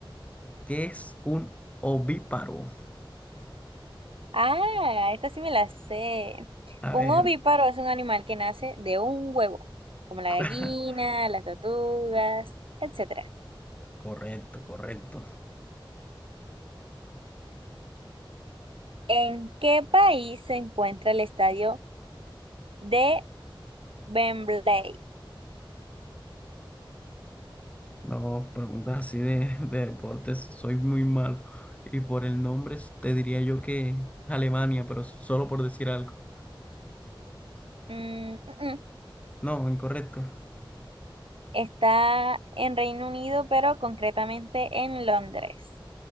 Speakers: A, on the left (about 15°); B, on the right (about 85°).
A: ¿Qué es un ovíparo?
B: Ah, esta sí me la sé.
A: A
B: Un
A: ver.
B: ovíparo es un animal que nace de un huevo, como la
A: <laughs>
B: gallina, las tortugas, etcétera.
A: Correcto, correcto.
B: ¿En qué país se encuentra el estadio de Wembley?
A: No, preguntas así de, de deportes, soy muy malo. Y por el nombre te diría yo que Alemania, pero solo por decir algo.
B: Mm, mm,
A: No, incorrecto.
B: Está en Reino Unido, pero concretamente en Londres.